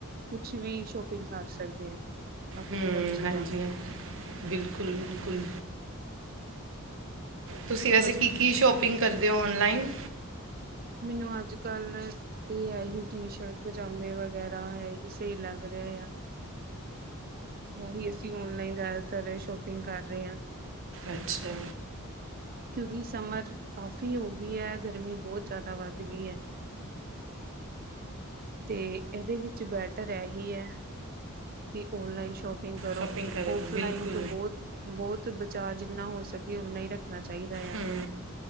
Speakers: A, on the right; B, on the right.
A: ਕੁਛ ਵੀ ਸ਼ੋਪਿੰਗ ਕਰ ਸਕਦੇ ਹਾਂ ਆਪਣੀ
B: ਹਮ
A: ਮਰਜ਼ੀ
B: ਹਾਂਜੀ
A: ਦਾ
B: ਹਾਂਜੀ ਬਿਲਕੁਲ ਬਿਲਕੁਲ ਤੁਸੀਂ ਵੈਸੇ
A: ਅੱਜ
B: ਕੀ ਕੀ ਸ਼ੋਪ ਸ਼ਪਿੰਗ ਕਰਦੇ ਹੋ ਔਨਲਾਈਨ
A: ਮੈਨੂੰ ਅੱਜ ਕੱਲ ਇਹ ਹੈ ਹੀ ਟੀ ਸ਼ਰਟ ਪਜਾਮੇ ਵਗੈਰਾ ਇਹ ਹੀ ਸਹੀ ਲੱਗ ਰਿਹਾ ਆ ਇਹੀ ਅਸੀਂ ਓਨਲਾਈਨ ਜ਼ਿਆਦਾਤਰ ਸ਼ੋਪਿੰਗ ਕਰ ਰਹੇ ਹਾਂ
B: ਅੱਛਾ
A: ਕਿਉਂਕਿ ਸਮਰ ਕਾਫ਼ੀ ਹੋ ਗਈ ਹੈ ਗਰਮੀ ਬਹੁਤ ਜ਼ਿਆਦਾ ਵੱਧ ਗਈ ਹੈ ਤੇ ਇਹਦੇ ਵਿੱਚ ਬੈਟਰ ਇਹੀ ਹੈ ਕਿ ਓਨਲਾਈਨ ਸ਼ੋਪਿੰ ਪਿੰਗ ਕਰੋ
B: ਸ਼ਾਪਿੰਗ ਕਰਿਓ
A: ਔਫਲਾਈਨ
B: ਬਿਲਕੁਲ
A: ਤੋਂ ਬਹੁਤ ਬਹੁਤ ਬਚਾਅ ਜਿੰਨਾ ਹੋ ਸਕੇ ਓਨਾ ਹੀ ਰੱਖਣਾ ਚਾਹੀਦਾ ਯਾਂ
B: ਹਮ,